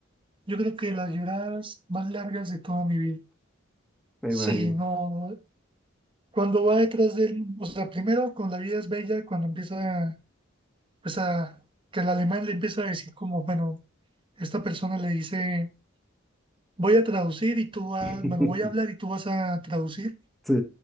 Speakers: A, on the right; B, in the centre.
A: Yo creo que las lloradas más largas de toda mi vida.
B: me
A: Sí,
B: imagino.
A: no, cuando va detrás de él, o sea, primero con La vida es bella, cuando empieza, pues a, que el alemán le empieza a decir como, bueno, esta persona le dice, voy a traducir y tú vas,
B: <laughs>
A: bueno, voy a hablar y tú vas a traducir,
B: Sí,